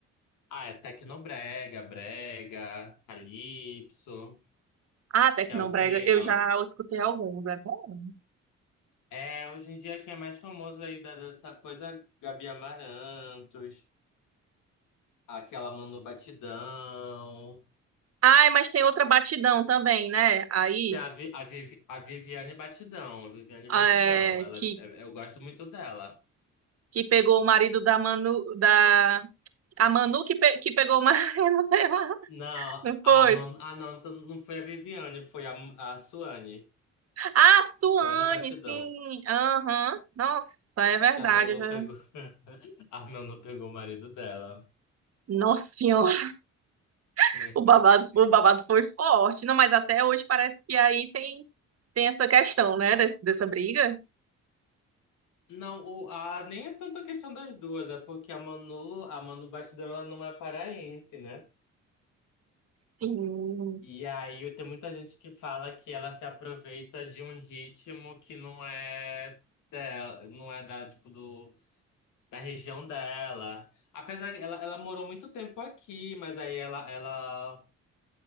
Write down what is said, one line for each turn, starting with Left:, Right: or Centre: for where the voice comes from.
Left: Ah, é tecnobrega, brega, calypso,
Right: Ah, Tecnobrega,
Left: que é o que
Right: eu já escutei alguns, é bom.
Left: é é, hoje em dia que é mais famoso aí da- dessa coisa, Gabi Amarantos, aquela Manu Batidão.
Right: Ai, mas tem outra batidão também, né? Aí,
Left: Tem a, Vi, a, Vivi- a Viviane Batidão, Viviane Batidão,
Right: é,
Left: ela,
Right: que,
Left: é- eu gosto muito dela.
Right: que pegou o marido da Manu, da... A Manu que, pe- que pegou o marido <laughs> dela,
Left: Não,
Right: não
Left: a
Right: foi?
Left: Man, ah, não, então não foi a Viviane, foi a, a Suane,
Right: Ah, Suane,
Left: Suane Batidão,
Right: sim, aham. Nossa, é verdade.
Left: que a Manu
Right: eu já-
Left: pegou, <laughs> a Manu pegou o marido dela.
Right: Nossa senhora, <laughs>
Left: <laughs>
Right: o babado, foi- o babado foi forte. Não, mas até hoje parece que aí tem, tem essa questão, né, des- dessa briga.
Left: Não, o, a, nem é tanto a questão das duas, é porque a Manu, a Manu Batidão, ela não é paraense, né?
Right: Sim.
Left: E aí tem muita gente que fala que ela se aproveita de um ritmo que não é dela, não é da, tipo, do, da região dela. Apesar que ela, ela morou muito tempo aqui, mas aí ela, ela